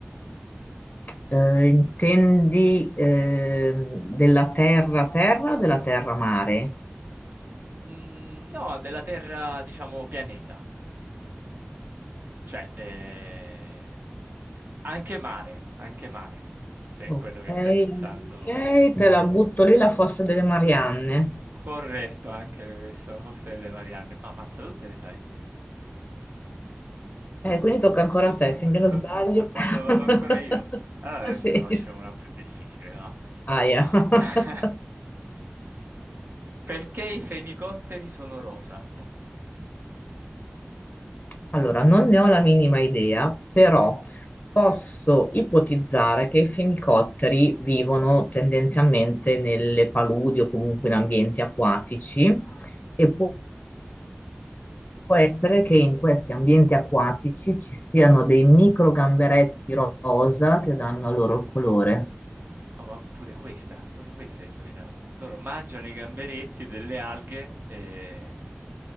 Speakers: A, on the left; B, on the right.
A: Eh, intendi ehm, della terra-terra o della terra-mare?
B: Mhmm, no, della terra diciamo pianeta, cioè, ehm, anche mare, anche mare, se è
A: Ok,
B: quello che stai pensando.
A: ok, te la butto lì la fossa delle Marianne.
B: Corretto, anche questo, la fossa delle Marianne. Ma ammazza, tutte le sai.
A: Eh, quindi tocca ancora
B: <laughs>
A: a te, finché non
B: Tocca
A: sbaglio.
B: a te. Vado
A: <laughs>
B: vado ancora io. Allora adesso
A: Ah sì,
B: ne faccio una più difficile, va?
A: aia.
B: <laughs>
A: <laughs>
B: Perché i fenicotteri sono rosa?
A: Allora, non ne ho la minima idea, però posso ipotizzare che i fenicotteri vivono tendenzialmente nelle paludi o comunque in ambienti acquatici e può può essere che in questi ambienti acquatici ci siano dei micro gamberetti rosa che danno loro il colore.
B: No, ma pure questa, pure questa hai indovinato. Loro mangiano i gamberetti delle alghe e,